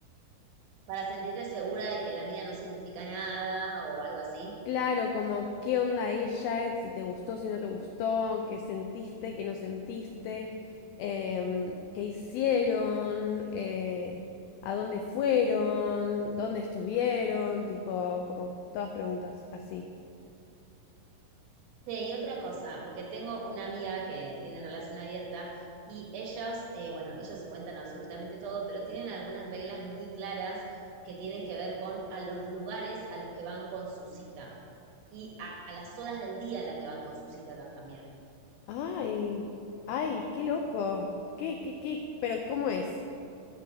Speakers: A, on the right; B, on the left.
A: Para sentirte segura de que la mía no significa nada o algo así.
B: Claro, como qué onda ella, si te gustó, si no te gustó, qué sentiste, qué no sentiste, em, qué hicieron, eh, a dónde fueron, dónde estuvieron, tipo, como todas preguntas así.
A: Sí, y otra cosa, porque tengo una amiga que tiene relación abierta y ellos, eh, bueno, ellos se cuentan absolutamente todo, pero tienen algunas reglas muy claras que tienen que ver con a los lugares a los que van con su cita y a, a las horas del día a la que van con su cita también.
B: Ay, ay, qué loco, qué, qué, qué, pero ¿cómo es?